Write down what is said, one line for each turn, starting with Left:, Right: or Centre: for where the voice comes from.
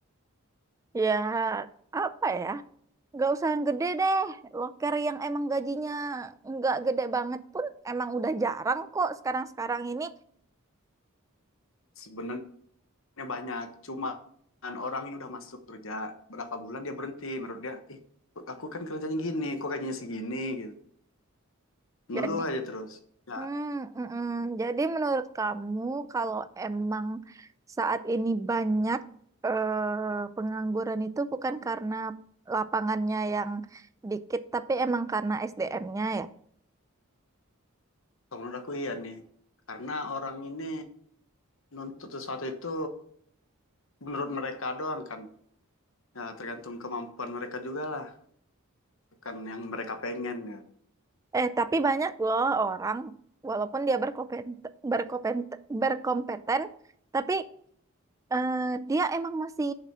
Right: ya apa ya? Nggak usah yang gede deh. Loker yang emang gajinya nggak gede banget pun emang udah jarang kok sekarang-sekarang ini.
Left: Sebenarnya banyak cuma orang ini udah masuk kerja berapa bulan dia berhenti menurut dia ih aku kan kerjanya gini kok gajinya segini gitu. Ngeluh
Right: Jadi,
Left: aja terus. Ya
Right: hmm, mm, mm. Jadi menurut kamu kalau emang saat ini banyak eh, pengangguran itu bukan karena lapangannya yang dikit, tapi emang karena SDM-nya
Left: menurut aku iya nih karena orang ini nuntut sesuatu itu menurut mereka doang kan. Ya, tergantung kemampuan mereka juga lah. Kan yang mereka pengen ya.
Right: Eh, tapi banyak loh orang, walaupun dia berkompeten, berkompeten, berkompeten, tapi eh, dia emang masih